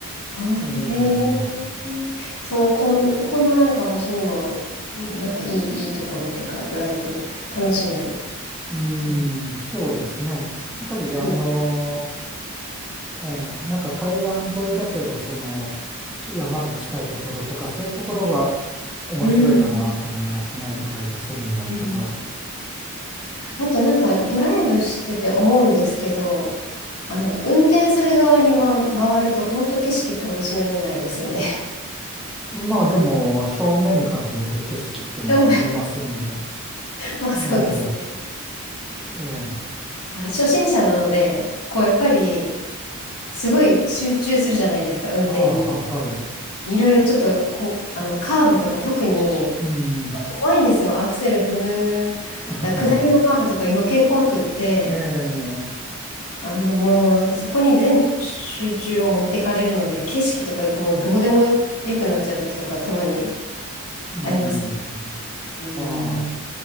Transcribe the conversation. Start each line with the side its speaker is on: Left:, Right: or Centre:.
Left: はい、
Centre: えー、
Left: へえ。その、こん、こんななんか場所にも、なんかいい、いいところっていうか、ドライブ楽しめる、
Centre: うー
Left: うん
Centre: ん、そうですね。やっぱり、
Left: 風景。
Centre: あのーええ、なんか海岸沿いだけど、その山が近いところとか、そういうところが面白いかなって思いますね、
Left: うん、
Centre: ドライブするんだったら。
Left: うんあとなんかドライブしてて思うんですけど、あの、運転する側に、ま、回ると本当景色楽しめないですよね。
Centre: まあでも、正面から見える景色ってのは見えますんで、
Left: <laughs> でもまあそうですね。
Centre: ええ、ええ、
Left: あ初心者なので、こうやっぱりすごい集中するじゃないですか、運転に。
Centre: ああ、は、はい、
Left: いろいろちょっとこう、あの、カーブとか特に、
Centre: うん、
Left: ちょっと怖いんですよ。アクセル踏む、
Centre: <laughs>
Left: あ下りのカーブとか余計怖くって、
Centre: ええ、
Left: あのもうそこに全集中を持ってかれるので景色とかもうどうでもよ、よくなっちゃう時とかたまに
Centre: うん、
Left: あります。うん。
Centre: まあ、